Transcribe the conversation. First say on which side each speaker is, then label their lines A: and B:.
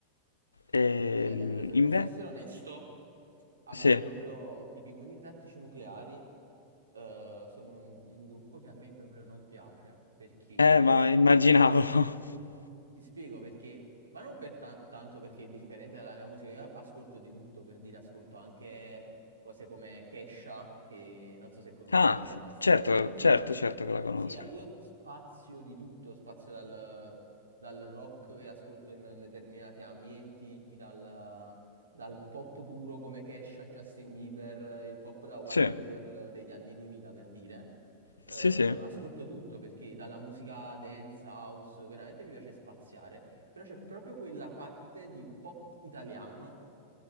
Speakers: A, on the left; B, on the right.
A: Ehm,
B: Sì, ad esempio, se
A: inve-
B: posso essere onesto, A
A: sì,
B: me proprio i pinguini tattici nucleari eh, sono un, un gruppo che a me proprio non piace perché
A: eh, ma immaginavo.
B: eh,
A: <laughs>
B: ti spiego perché, ma non per ta- tanto perché è differente dalla mia musica, io ascolto di tutto, per dire, ascolto anche cose come Kesha, che non so se conosci
A: Ah,
B: è quell'artista
A: s- certo,
B: che... Sì,
A: certo,
B: pro-
A: certo che la conosco.
B: sì, io spazio di tutto, spazio dal, dal rock che ascolto in determinati ambienti, dal, dal pop puro come Kesha, Justin Bieber, il pop da White
A: Sì,
B: Girl degli anni 2000, per dire, eh,
A: sì, sì.
B: ascolto tutto perché dalla musica dance, house, veramente mi piace spaziare, però c'è proprio quella parte di pop italiano,